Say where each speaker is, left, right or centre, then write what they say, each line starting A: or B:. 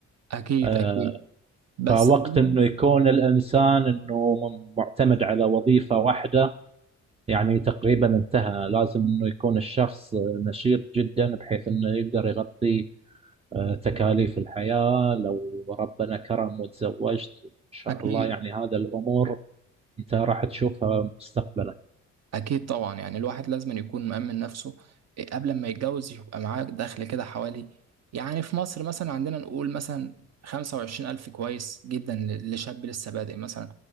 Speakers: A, on the right; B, on the right.
A: اكيد
B: آه،
A: اكيد بس
B: فوقت
A: عموماً
B: انه يكون الانسان انه م- معتمد على وظيفه واحده يعني تقريبا انتهى لازم انه يكون الشخص آه، نشيط جدا بحيث انه يقدر يغطي آه، تكاليف الحياة لو ربنا كرم وتزوجت إن شاء
A: اكيد
B: الله يعني هذا الأمور أنت راح تشوفها مستقبلا
A: أكيد طبعا يعني الواحد لازم يكون مأمن نفسه إيه، قبل ما يتجوز يبقى معاه دخل كده حوالي يعني في مصر مثلا عندنا نقول مثلا خمسة وعشرين ألف كويس جدا ل- لشاب لسه بادئ مثلا